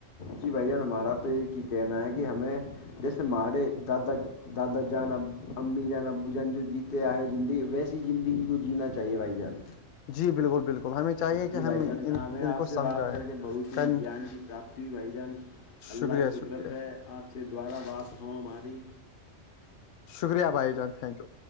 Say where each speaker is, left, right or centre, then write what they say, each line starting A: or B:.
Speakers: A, on the left; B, on the left.
A: جی بھائی جان ہمارا تو یہ ہی کہنا ہے کہ ہمیں جیسے ماڑے دادا دادا جانا امی جانا ب جان جو جیت آئیں زندگی ویسی زندگی کو جینا چاہیے بھائی جان
B: جی بالکل بالکل ہمیں چاہیے کہ
A: جی بھائی
B: ہم
A: جان
B: ان
A: ہمیں آپ
B: ان کو
A: سے
B: سمجھائیں
A: بات کر کے بہت س
B: کن
A: ہی جان کی پراپتی ی بھائی جان اللہ
B: شکریہ
A: قدرت
B: شکریہ
A: ہے آپ سے دوبارہ بات ہ ہماری
B: شکریہ بھائی جان تنک یو